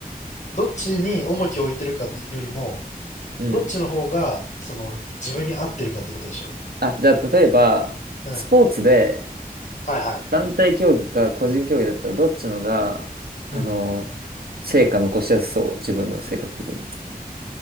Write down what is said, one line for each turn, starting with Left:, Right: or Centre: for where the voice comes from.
Left: どっちに重きを置いてるかよりも、
Right: うん。
Left: どっちの方が、その、自分に合ってるかってことでしょ
Right: あ、じゃあ、例えば、
Left: うん。
Right: スポーツで、
Left: はいはい。
Right: 団体競技か個人競技だったらどっちのが、
Left: うん。
Right: あの、成果残しやすそう、自分の性格的に。